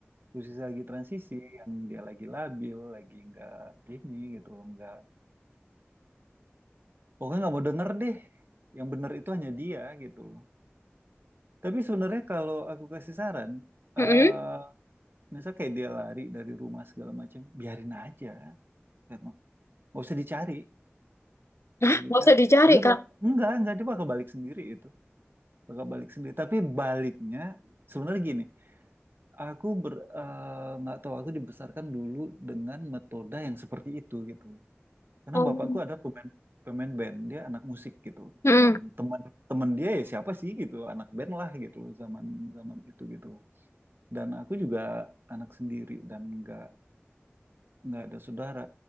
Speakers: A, on the right; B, on the left.
A: Posisi lagi transisi yang dia lagi labil, lagi nggak ini gitu loh, nggak pokoknya nggak mau denger deh. Yang bener itu hanya dia gitu loh. Tapi sebenarnya kalau aku kasih saran, eh
B: Mm-mm.
A: misal kayak dia lari dari rumah segala macam, biarin aja, Retno. Nggak usah dicari, nggak
B: Hah,
A: usah
B: nggak
A: dicari.
B: usah dicari,
A: Dia
B: Kak.
A: bak enggak, enggak dia bakal balik sendiri itu, bakal balik sendiri. Tapi baliknya sebenarnya gini. Aku ber, eh, nggak tahu aku dibesarkan dulu dengan metode yang seperti itu gitu. Karena
B: Oh,
A: bapakku ada pemain pemain band, dia anak musik gitu.
B: Mm-mm.
A: Dan teman teman dia ya siapa sih gitu, anak band lah gitu zaman zaman itu gitu. Dan aku juga anak sendiri dan nggak nggak ada saudara.